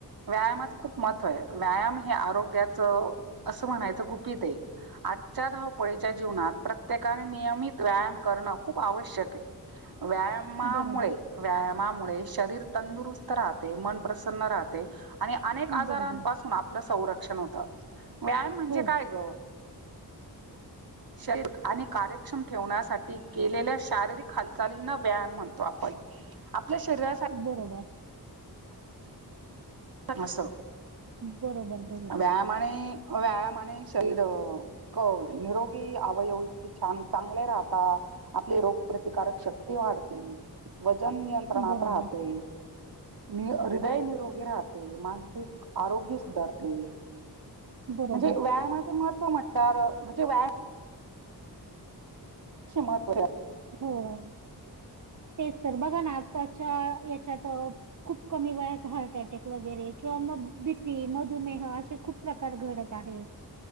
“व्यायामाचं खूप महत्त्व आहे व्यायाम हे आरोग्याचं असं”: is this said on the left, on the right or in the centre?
Right